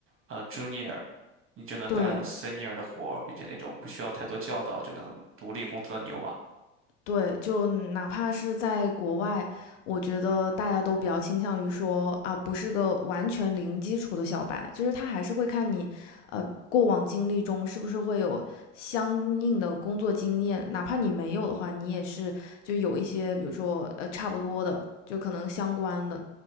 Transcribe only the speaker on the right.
呃 junior，你就能干
senior 的活儿，并且那种不需要太多教导就能独立工作的牛马。